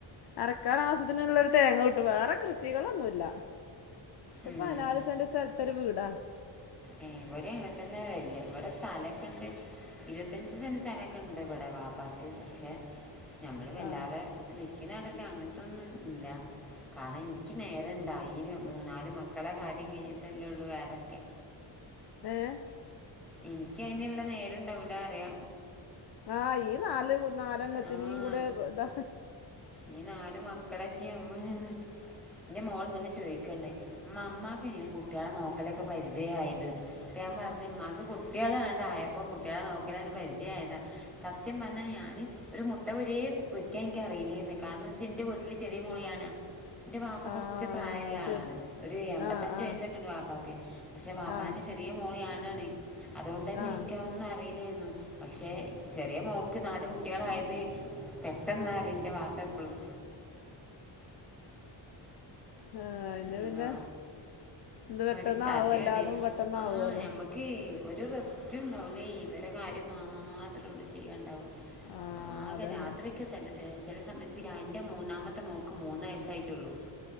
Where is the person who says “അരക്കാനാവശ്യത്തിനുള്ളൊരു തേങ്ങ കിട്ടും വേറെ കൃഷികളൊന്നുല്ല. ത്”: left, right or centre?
Left